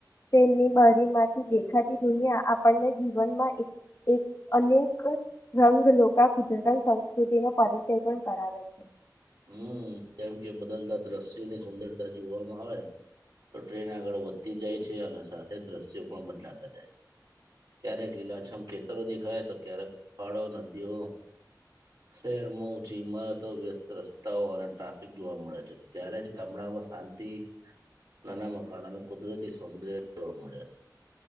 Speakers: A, on the left; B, on the right.
A: તેનની બરી માંથી દેખાતી દુનિયા આપણને જીવનમાં એક એક અનેક રંગ લોકો કુદરતન સંસ્કૃતિનો પરિચય પણ બરાબર છે.
B: હમ જેમ કે બદલતા દ્રશ્યોની સુંદરતા જોવામાં આવે તો ટ્રેન આગળ વધતી જાય છે અને સાથે દ્રશ્યો પણ બદલાતા જાય ક્યારેક લીલાછમ ખેતરો દેખાય તો ક્યારેક ફાડો નદીઓ શહેરમાં ઊંચી ઈમારતો વ્યસ્તસ્ રસ્ અને ટ્રાફિક જોવા મળે છે ત્યારે જ ગામડામાં શાંતિ નાના મકાના અને કુદરતી સૌંદર્ય જોવા મળે